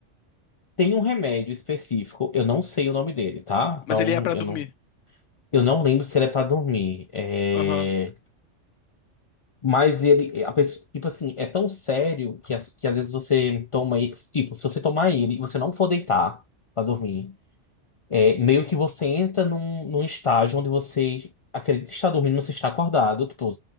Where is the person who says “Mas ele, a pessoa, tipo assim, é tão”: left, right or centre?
Left